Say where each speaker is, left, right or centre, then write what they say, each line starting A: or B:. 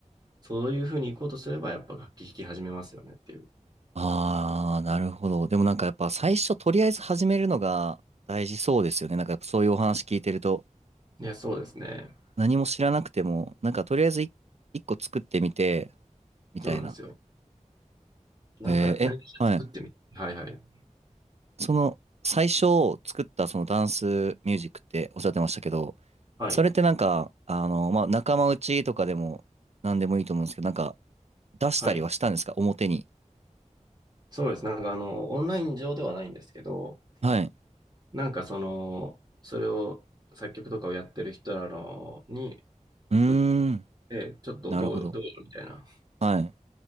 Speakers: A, on the right; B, on the right.
A: そういうふうに行こうとすれば、やっぱ楽器弾き始めますよねっていう。
B: ああ、なるほど。でもなんかやっぱ最初とりあえず始めるのが大事そうですよね。なんかやっぱそういうお話聞いてると、
A: いや、そうですね。
B: 何も知らなくても、なんかとりあえずい一個作ってみて、みたいな。
A: そうなんですよ。なんか、
B: えーえ、
A: 何かしら作ってみてはいはい。
B: はい。その、最初作ったそのダンスミュージックっておっしゃってましたけど、
A: はい。
B: それってなんか、あの、まあ、仲間内とかでも何でもいいと思うんですけど、なんか出したりはしたんですか表に。
A: はい。そうです。なんか、あの、オンライン上ではないんですけど、
B: はい。
A: なんか、その、それを、作曲とかをやってる人らのに送って、
B: うーん。
A: ちょっとどうよ、
B: なるほど。
A: どうよ、みたいな
B: はい。